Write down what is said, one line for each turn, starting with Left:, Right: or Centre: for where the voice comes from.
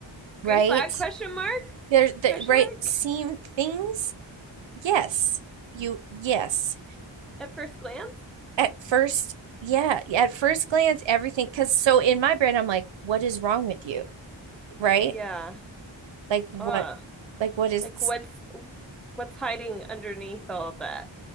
Right: right.
Centre: Green flag question mark?
Right: There, the
Centre: Question
Right: right
Centre: mark
Right: seem things. Yes, you, yes.
Centre: at first glance?
Right: At first, yeah, at first glance, everything. Because so in my brain, I'm like, what is wrong with you? Right?
Centre: Yeah.
Right: Like, what,
Centre: Uh,
Right: like, what is,
Centre: like what's what's hiding underneath all of that?